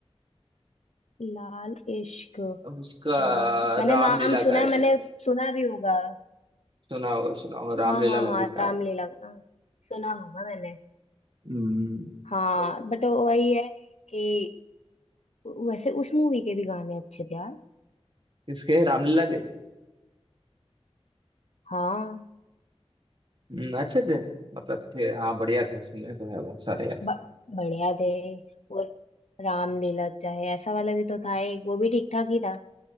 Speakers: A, on the left; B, on the right.
A: लाल इश्क
B: उसका
A: हाँ मैंने
B: रामलीला
A: नाम
B: का
A: सुना
B: है
A: है
B: शायद
A: मैंने सुना भी होगा
B: सुना होगा सुना होगा रामलीला
A: हाँ हाँ
B: मूवी
A: हाँ
B: का
A: रामलीला
B: है
A: हाँ, सुना होगा मैंने
B: हम्म,
A: हाँ
B: बस
A: बट वही है कि वैसे उस मूवी के भी गाने अच्छे थे यार
B: किसके रामलीला के
A: हाँ
B: हम्म, अच्छे थे मतलब थे हाँ बढ़िया थे सुनने तो है बहुत सारे यार
A: ब- बढ़िया थे वो रामलीला चाहे ऐसा वाला भी तो था एक वो भी ठीक ठाक ही था